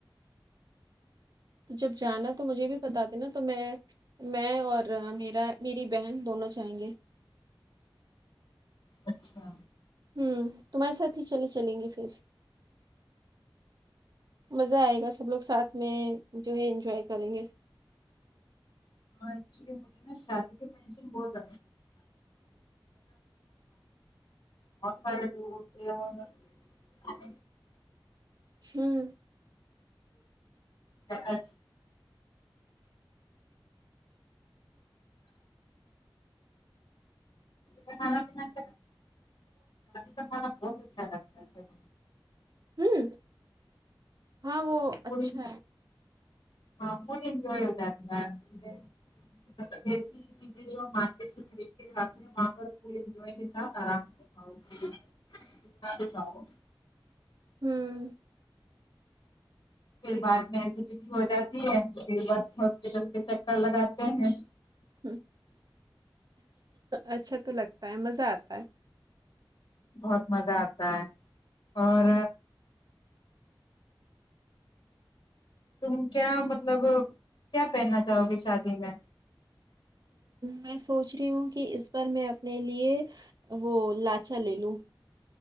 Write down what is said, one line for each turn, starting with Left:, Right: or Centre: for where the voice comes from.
Right: تو جب جانا تو مجھے بھی بتا دینا تو میں میں اور میرا میری بہن دونوں جائیں گے
Left: اچھا
Right: ہمم تمہارے ساتھ ہی چلے چلیں گے پھر مزہ ائے گا سب لوگ ساتھ میں جو ہے انجوائے کریں گے
Left: ہاں <unintelligible> شادی کی <unintelligible> جی بہت سارے لوگ ہوتے ہیں وہاں پر
Right: ہوں
Left: ا انااد کا کانا بہت ہی اچھا تھا سب
Right: ہوں ہاں وہ اچھا
Left: اور
Right: ہے
Left: ہاں فل انجوائے ہو جاتا ہے اس میں چیزیں جو مارکیٹ سے کلٹ اتے ہیں وہاں پر پور انجوےکے ساتھ ارام سے وہ ساو
Right: ہوں
Left: پھر بعد میں ای سی بیٹی ہو جاتی ہے پھر بس ہاسپٹل کے چکر لگاتے ہیں
Right: ہ اچھا تو لگتا ہے مزہ اتا ہے
Left: بہت مزہ اتا ہے اور تم کیا مطلب کیا پہننا چاہو گے شادی میں
Right: میں سوچ رہی ہوں کہ اس بار میں م لیے وہ لاچا لے لوں